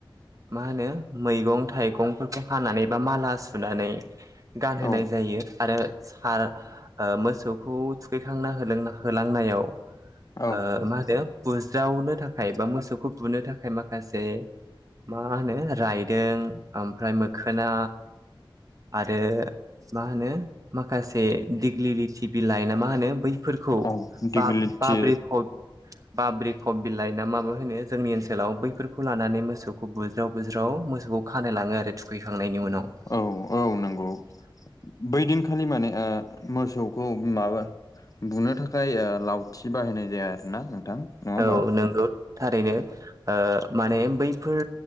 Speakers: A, on the right; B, on the left.
A: मा होनो मैगं थाइगंफोरखौ हानानै बा माला सुनानै गानहोनाय
B: औ
A: जायो आरो सार ओ मोसौखौ थुखैखांना होलोंना होलांनायाव
B: औ
A: ओ मा होनो बुज्रावनो थाखाय बा मोसौखौ बुनो थाखाय माखासे मा होनो रायदों ओमफ्राय मोखोना आरो मा होनो माखासे दिग्लिलिटि बिलाइ ना मा होनो बैफोरखौ
B: औ दिगिलिटि
A: ब बाब्रि ख बाब्रि ख बिलाइ ना माबा होनो जोंनि ओनसोलाव बैफोरखौ लानानै मोसौखौ बुज्राव-बुज्राव मोसौखौ खानो लाङो आरो थुखैखांनायनि उनाव
B: औ-औ नंगौ बैदिनखालि माने ओ मोसौखौ माबा बुनो थाखाय ओ लाव थि बाहायनाय जाया आरोना नोंथां नङा होनबा
A: औ नंगौ थारैनो ओ माने बैफोर